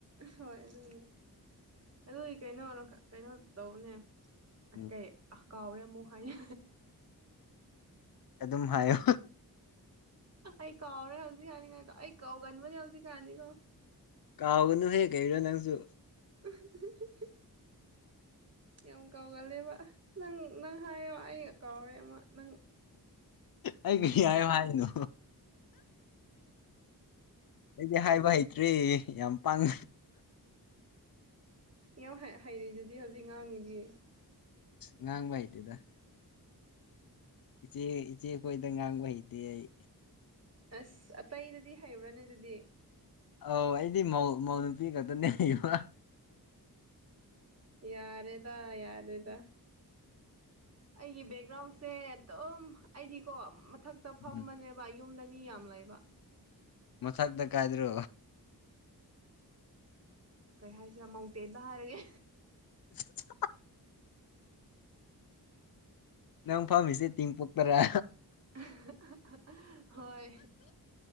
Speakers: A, on the right; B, on the left.
A: ꯍꯣꯏ ꯑꯗꯨꯅꯤ ꯑꯗꯨꯒꯤ ꯀꯩꯅꯣ ꯀꯩꯅꯣ ꯇꯧꯅꯦ
B: ꯎꯝ
A: ꯀꯩ ꯀꯥꯎꯔꯦ ꯑꯃꯨꯛ ꯍꯥꯏꯅ
B: ꯑꯗꯨꯝ ꯍꯥꯏꯌꯣ
A: ꯑꯩ ꯀꯥꯎꯔꯦ ꯍꯧꯖꯤꯛ ꯀꯅꯤꯉꯥꯏꯗꯣ ꯑꯩ ꯀꯥꯎꯒꯟꯕꯅꯦ ꯍꯧꯖꯤꯛ ꯌꯥꯅꯤꯀꯣ
B: ꯀꯥꯎꯒꯅꯨꯍꯦ ꯀꯔꯤꯅꯣ ꯅꯪꯁꯨ
A: <unintelligible> ꯌꯥꯝ ꯀꯥꯎꯒꯂꯦꯕ ꯅꯪ ꯅꯪ ꯍꯥꯏꯌꯣ ꯑꯩ ꯀꯥꯎꯔꯦ ꯑꯃ ꯅꯪ
B: ꯑꯩ ꯀꯩ ꯍꯥꯏꯌꯨ ꯍꯥꯏꯅꯣ ꯑꯩꯗꯤ ꯍꯥꯏꯕ ꯍꯩꯇ꯭ꯔꯦ ꯌꯥꯝ ꯄꯥꯡ
A: ꯌꯥꯝ ꯍꯩꯔꯤꯗꯨꯗꯤ ꯍꯧꯖꯤꯛ ꯉꯥꯡꯉꯤꯁꯤ
B: ꯉꯪ ꯂꯥꯏꯇꯗ ꯏꯆꯦ ꯏꯆꯦ ꯈꯣꯏꯗ ꯉꯥꯡꯕ ꯍꯩꯇꯦ ꯑꯩ
A: ꯑꯁ ꯑꯇꯩꯗꯗꯤ ꯍꯩꯔꯨꯔꯅꯦ ꯑꯗꯨꯗꯤ
B: ꯑꯧ ꯑꯩꯗꯤꯧ ꯃꯧ ꯅꯨꯨꯄꯤ ꯈꯛꯇꯅꯦꯕ
A: ꯌꯥꯔꯦꯗ ꯌꯥꯔꯦꯗ ꯑꯩꯒꯤ ꯕꯦꯛꯒ꯭ꯔꯥꯎꯟꯁꯦ ꯑꯗꯨꯝ ꯑꯩꯗꯤꯀꯣ ꯃꯊꯛꯇ ꯐꯝꯕꯅꯦꯕ
B: ꯎꯝ
A: ꯌꯨꯝꯗ ꯃꯤ ꯌꯥꯝ ꯂꯩꯕ
B: ꯃꯊꯥꯛꯗ ꯀꯗ꯭ꯔꯣ
A: ꯀꯩ ꯍꯥꯏꯁꯤꯔꯥ ꯃꯥꯎꯟꯇꯦꯟꯗ ꯍꯥꯏꯔꯒꯦ
B: <inaudible> ꯅꯪ ꯐꯝꯃꯤꯁꯦ ꯇꯦꯡꯄꯣꯛꯄꯔꯥ
A: <unintelligible> ꯍꯣꯏ